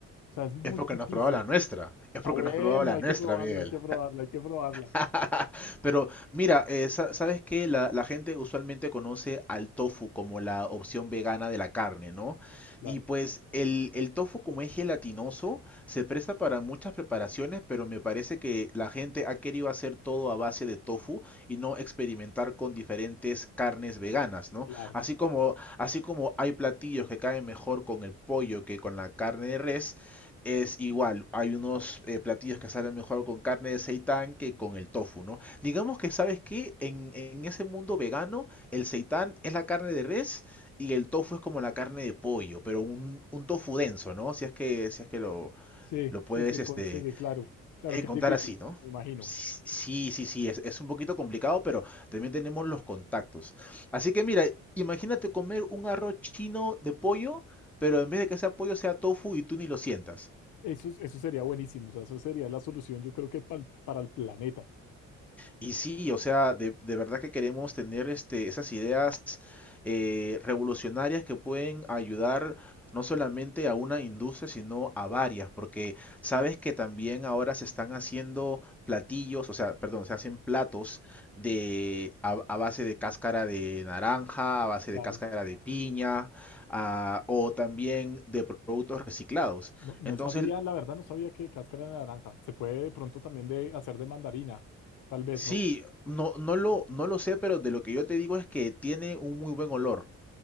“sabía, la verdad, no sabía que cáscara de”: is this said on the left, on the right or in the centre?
Left